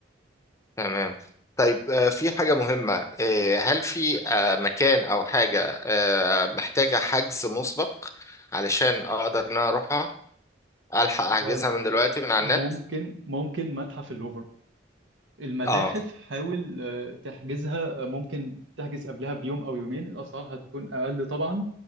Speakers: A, on the left (about 15°); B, on the right (about 80°).
A: تمام طيب آه، في حاجة مهمة آه، هل في آه، مكان أو حاجة آه، محتاجة حجز مسبق علشان أقدر إن أنا أروحها ألحق أحجزها
B: آه،
A: من دلوقتي من على
B: ممكن
A: النت؟
B: ممكن متحف اللوفر المتاحف
A: اه
B: حاول آه، تحجزها آه، ممكن تحجز قبلها بيوم او يومين الاسعار هتكون اقل طبعا